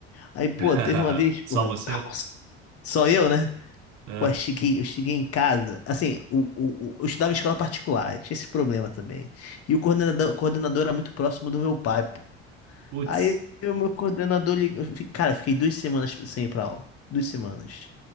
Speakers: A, on the left (about 45°); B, on the right (about 65°).
A: Aí, pô,
B: <laughs>
A: teve uma vez, porra,
B: Só você?
A: nossa, só eu, né?
B: É.
A: Pô, eu cheguei, eu cheguei em casa, assim, o, o, o- eu estudava em escola particular, eu tinha esse problema também. E o coordenador, coordenador era muito próximo do meu pai, pô.
B: Putz,
A: Aí, o meu coordenador ligou, cara, eu fiquei duas semanas sem ir pra aula, duas semanas.